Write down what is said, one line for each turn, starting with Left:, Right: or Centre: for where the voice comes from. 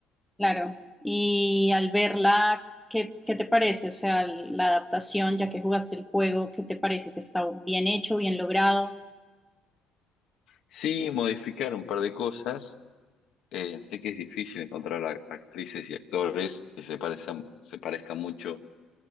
Centre: claro. Y al verla, ¿qué, qué te parece? O sea, la adaptación, ya que jugaste el juego, ¿qué te parece? ¿Que está bien hecho, bien logrado?
Left: Sí, modificar un par de cosas. Eh, sé que es difícil encontrar a- actrices y actores que se parezcan, se parezcan mucho